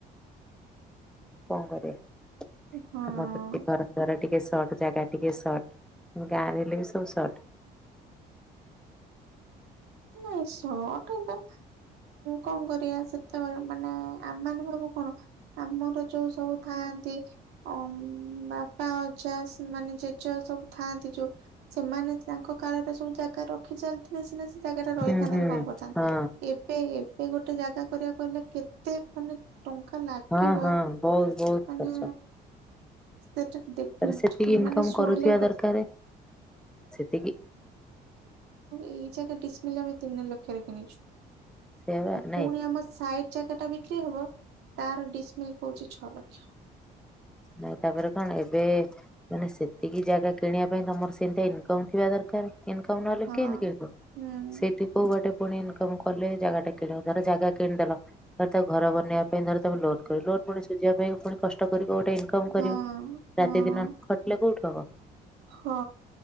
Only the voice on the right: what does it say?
ହଁ।
ନାହିଁ, ସର୍ଟ ଏ ତ କଣ କରିବା, ସେତେବେଳେ ମାନେ ଆମେମାନେ ସବୁ କଣ, ଆମର ଯୋଉ ସବୁ ଥାଆନ୍ତି ଅ ବାପା, ଅଜା, ମାନେ ଜେଜେ ସବୁ ଥାଆନ୍ତି ଯୋଉ ସେମାନେ ତାଙ୍କ କାଳରେ ସବୁ ଜାଗା ରଖି ଚାଲିଥିଲେ ସିନା ସେ ଜାଗା ଟା ରହିଥାନ୍ତା
କି କଣ କରିଥାନ୍ତା!
ଏବେ ଏବେ ଗୋଟେ ଜାଗା କରିବାକୁ ହେଲେ କେତେ ମାନେ ଟଙ୍କା ଲାଗିବ,
ମାନେ
<inaudible> ଏବେ କହୁଥିଲେ
ନା,
ଆପଣଙ୍କୁ
ଏଇ ଜାଗା ଡିସମିଲ ଆମେ ତିନି ଲକ୍ଷରେ କିଣିଛୁ।
ପୁଣି ଆମ ସାଇଟ୍ ଜାଗାଟା ବିକ୍ରି ହବ, ତାର ଡିସମିଲ୍ ହଉଛି ଛଅ ଲକ୍ଷ।
ହଁ।
ହୁଁ
ହଁ ହଁ
ହଁ,